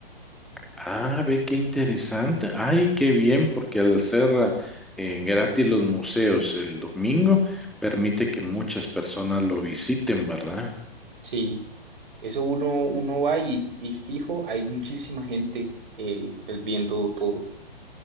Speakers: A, in the centre; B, on the right (about 60°).
A: Ah, ve qué interesante. Ay, qué bien, porque al hacer ah, eh, gratis los museos el domingo, permite que muchas personas lo visiten, ¿verdad?
B: Sí. Eso uno, uno va y, y fijo, hay muchísima gente eh, pues viendo todo.